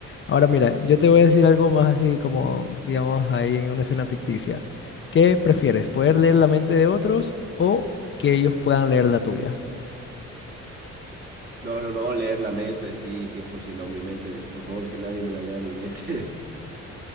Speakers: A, on the left; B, on the right.
A: Ahora mira, yo te voy a decir algo más así como, digamos, ahí en una escena ficticia. ¿Qué prefieres? ¿Poder leer la mente de otros o que ellos puedan leer la tuya?
B: No, no, no, leer la mente, sí, 100%, no, mi mente, por favor que nadie me la lea mi mente.